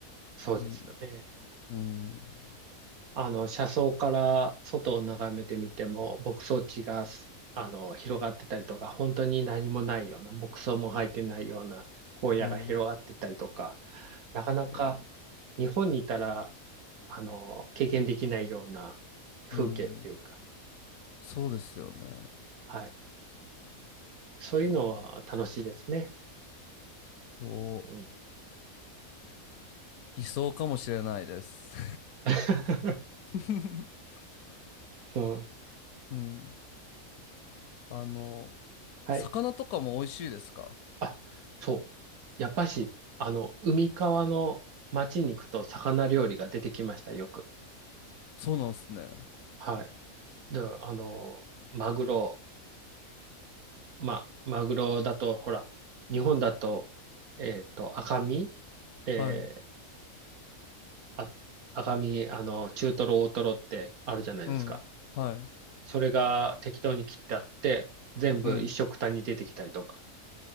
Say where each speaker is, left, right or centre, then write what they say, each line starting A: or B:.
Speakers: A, on the right; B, on the left.
A: そうですよね。
B: いい。うん。
A: あの、車窓から外を眺めてみても、牧草地が、すあの、広がってたりとか、本当に何もないような、牧草も生えてないような荒野が広がってたりとか、
B: うん。
A: なかなか
B: へえ
A: 日本にいたら、あの、経験できないような風景っていうか、
B: うん。そうですよね。
A: はい。そういうのは楽しいですね。
B: うわあ。お、
A: うん。
B: 理想かもしれないです。
A: <laughs>
B: <laughs>
A: そう。
B: うん。あの、
A: はい。
B: 魚とかも美味しいですか
A: あ、そう。やっぱし、あの、海側の町に行くと魚料理が出てきました、よく。
B: そうなんですね。
A: はい。で、あの、マグロ、ま、マグロだと、ほら、日本だと、えっと、赤身、えー
B: はい。
A: あ、赤身、あの、中トロ、大トロってあるじゃないですか。
B: うん。はい。
A: それが適当に切ってあって、全部一緒くたに出てきたりとか。
B: うん。